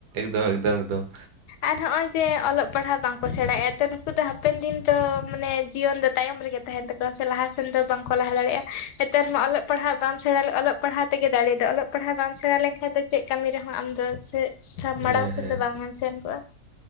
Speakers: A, on the right; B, on the left.
A: ᱫᱚᱢ ᱮᱠᱫᱚᱢ ᱮᱠᱫᱚᱢ᱾
B: ᱟᱨ ᱦᱚᱸᱜ-ᱚᱭ ᱡᱮ ᱚᱞᱚᱜ ᱯᱟᱲᱦᱟᱜ ᱵᱟᱝᱠᱚ ᱥᱮᱬᱟᱭᱮᱫᱼᱟ ᱛᱚ ᱱᱩᱠᱩ ᱫᱚ ᱦᱟᱼᱼ ᱯᱮᱱ ᱫᱤᱱ ᱫᱚ ᱢᱟᱱᱮ ᱡᱤᱭᱚᱱ ᱫᱚ ᱛᱟᱭᱚᱢ ᱨᱮᱜᱮ ᱛᱟᱦᱮᱱ ᱛᱟᱠᱚᱣᱟ ᱥᱮ ᱞᱟᱦᱟ ᱥᱮᱱ ᱫᱚ ᱵᱟᱝᱠᱚ ᱞᱟᱦᱟ ᱫᱟᱲᱮᱭᱟᱜᱼᱟ᱾ ᱱᱮᱛᱟᱨ ᱢᱟ ᱚᱞᱚᱜ ᱯᱟᱲᱦᱟᱜ ᱵᱟᱢ ᱥᱮᱬᱟ ᱚᱞᱚᱜ ᱯᱟᱲᱦᱟᱣ ᱛᱮᱜᱮ ᱫᱟᱲᱮ ᱫᱚ, ᱚᱞᱚᱜ ᱯᱟᱲᱦᱟᱜ ᱵᱟᱢ ᱥᱮᱬᱟ ᱞᱮᱱᱠᱷᱟᱱ ᱫᱚ ᱪᱮᱫ ᱠᱟᱹᱢᱤ ᱨᱮᱦᱚᱸ ᱟᱢ ᱫᱚ ᱥᱮ ᱥᱟ ᱢᱲᱟᱝ
A: ᱦᱮᱸ
B: ᱥᱮᱱ
A: ᱦᱮᱸ
B: ᱫᱚ ᱵᱟᱝ ᱮᱢ ᱥᱮᱱ ᱠᱚᱜᱼᱟ